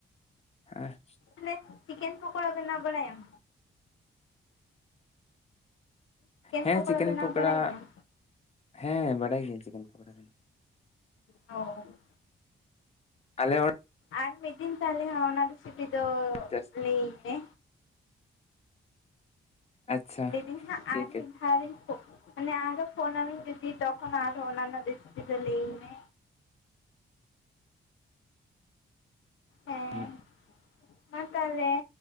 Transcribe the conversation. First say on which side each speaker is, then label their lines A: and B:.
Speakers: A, on the left; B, on the left.
A: ᱦᱮᱸ
B: <unintelligible> ᱪᱤᱠᱮᱱ ᱯᱟᱠᱚᱲᱟ ᱵᱮᱱᱟᱣ ᱵᱟᱲᱟᱭᱟᱢ?
A: ᱦᱮᱸ
B: ᱯᱚᱠᱳᱲᱟ
A: ᱪᱤᱠᱮᱱ
B: ᱵᱮᱱᱟᱣ
A: ᱯᱚᱠᱚᱲᱟ,
B: ᱵᱟᱲᱟᱭ ᱜᱮᱭᱟᱢ
A: ᱦᱮᱸ ᱵᱟᱰᱟᱭ ᱜᱤᱭᱟᱹᱧ ᱪᱤᱠᱮᱱ ᱯᱚᱠᱚᱲᱟ
B: ᱦᱚᱸ᱾
A: ᱟᱞᱮ ᱚ
B: ᱟᱨ ᱢᱤᱜ ᱫᱤᱱ ᱛᱟᱦᱚᱞᱮ ᱚᱱᱟ ᱨᱮᱥᱤᱯᱤ ᱫᱚ
A: ᱡᱟᱥ
B: ᱞᱟᱹᱭᱟᱹᱧ ᱢᱮ᱾
A: ᱟᱪᱪᱷᱟ᱾
B: ᱞᱟᱹᱭ ᱫᱤᱧ ᱦᱟᱸᱜ
A: ᱴᱷᱤᱠ
B: ᱟᱨ ᱢᱤᱜ ᱟᱨ ᱤᱧ ᱯᱷᱳ ᱢᱟᱱᱮ ᱟᱨᱦᱚᱸ ᱯᱷᱳᱱᱟᱢᱤᱧ ᱡᱩᱫᱤ ᱛᱚᱠᱷᱚᱱ ᱟᱨᱦᱚᱸ ᱚᱱᱟ ᱨᱮᱱᱟᱜ ᱨᱮᱥᱤᱯᱤ ᱫᱚ ᱞᱟᱹᱭᱤᱧ ᱢᱮ᱾ ᱦᱮᱸ
A: <inaudible>
B: ᱢᱟ ᱛᱟᱦᱚᱞᱮ᱾